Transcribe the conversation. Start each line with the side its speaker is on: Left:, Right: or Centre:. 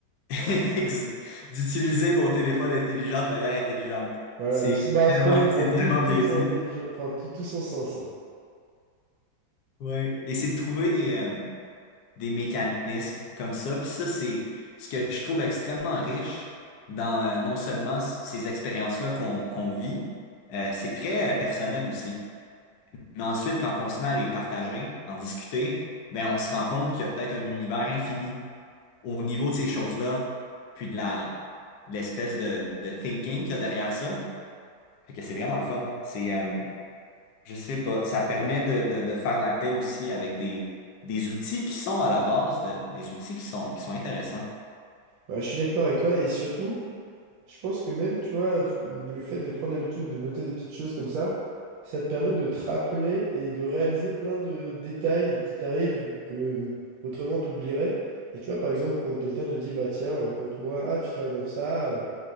Left: <laughs> ex- d'utiliser mon téléphone intelligent de manière intelligente.
Right: Voilà,
Left: C'est
Right: le smartphone
Left: tellement, <laughs>
Right: prend
Left: c'est
Right: tout,
Left: tellement
Right: toute
Left: bien
Right: son
Left: dit.
Right: intelligence, enfin tout, tout son sens.
Left: Ouais. Et c'est de trouver des, euh, des mécanismes comme ça. Puis ça, c'est ce que je trouve extrêmement riche dans euh, non seulement c- ces expériences-là qu'on qu'on vit, euh, c'est très euh, personnel aussi. Mais ensuite, quand on se met à les partager, en discuter, ben on se rend compte qu'il y a peut-être un univers infini au niveau de ces choses-là, puis de la de l'espèce de, de thinking qu'il y a derrière ça. Fait que c'est vraiment le fun. C'est euh, je sais pas. Ça permet
Right: Mais
Left: de, de, de faire la paix aussi avec des, des outils qui sont à la base, de, des outils qui sont, qui sont intéressants.
Right: bah, je suis d'accord avec toi et surtout. Je pense que même, tu vois, le fait de prendre l'habitude de noter des petites choses comme ça, ça te permet de te rappeler et de réaliser plein de détails qui t'arrivent que autrement t'oublierais. Et tu vois, par exemple, quand quelqu'un te dit, bah tiens, raconte-moi, ah, tu travailles dans ça, euh,